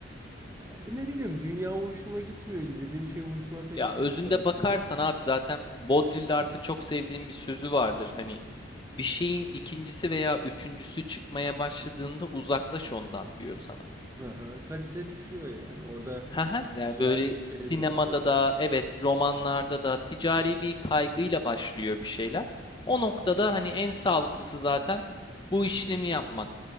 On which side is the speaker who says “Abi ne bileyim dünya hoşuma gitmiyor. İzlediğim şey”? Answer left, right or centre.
Right